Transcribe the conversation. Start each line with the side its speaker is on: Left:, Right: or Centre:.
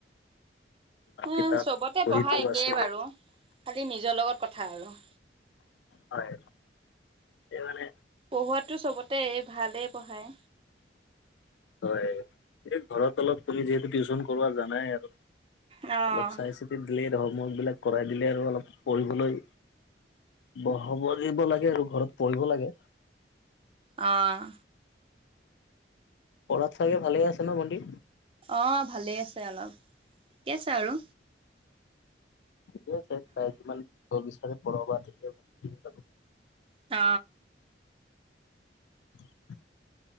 Left: তোমাৰ
Right: হ
Left: কিতাপ
Right: চবতে
Left: বহীতো
Right: পঢ়া একেই
Left: আছে
Right: বাৰু খালি নিজৰ লগত কথা আৰু
Left: হয় এই মানে
Right: পঢ়োৱাতটো চবতে ভালেই পঢ়ায়
Left: হয় এই ঘৰত অলপ তুমি যিহেতু টিউচন কৰোৱা জানাই আৰু
Right: অ'।
Left: অলপ চাই চিতি দিলে হমৱৰ্কবলাক কৰাই দিলে আৰু অলপ পঢ়িবলৈ। ব হব দিব লাগে আৰু ঘৰত পঢ়িব লাগে।
Right: আহ
Left: পঢ়াৰ চাগে ভালে আছে ন ভন্টি
Right: অ ভালেই আছে অলপ ঠিকে আছে আৰু
Left: ঠিকে আছে তাই যিমান বিচাৰে পঢ়াবা তেতিয়া ভাল লাগ
Right: অ
Left: <inaudible>